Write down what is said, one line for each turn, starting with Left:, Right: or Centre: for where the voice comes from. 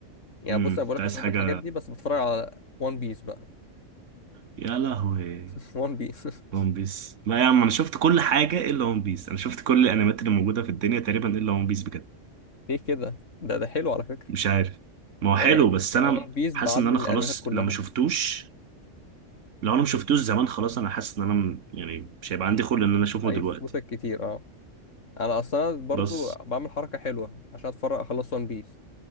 Left: يعني
Right: امم
Left: بص انا بقولك
Right: انت عايز
Left: مش بحب
Right: حاجة
Left: الحاجات دي بس بتفرج على وان بيس بقى
Right: يا لهوي
Left: <laughs> وان بيس <laughs>
Right: ون بيس لا يا عم انا شفت كل حاجة الا ون بيس انا شفت كل الانميات اللي موجودة في الدنيا تقريبا الا ون بيس بجد
Left: ليه كده ده ده حلو على فكره
Right: مش عارف ما هو
Left: يعني
Right: حلو بس
Left: يعني
Right: انا
Left: وان بيس
Right: حاسس
Left: بعدد
Right: ان
Left: من
Right: انا خلاص
Left: الانميات كلها
Right: لو ما شفتوش لو انا ما شفتوش زمان خلاص انا حاسس ان انا م- يعني مش هيبقى عندي خلق ان انا اشوفه
Left: هيفوتك
Right: دلوقتي
Left: كتير اه انا اصلا برضو
Right: بس
Left: بعمل حركه حلوه عشان اتفرج اخلص وان بيس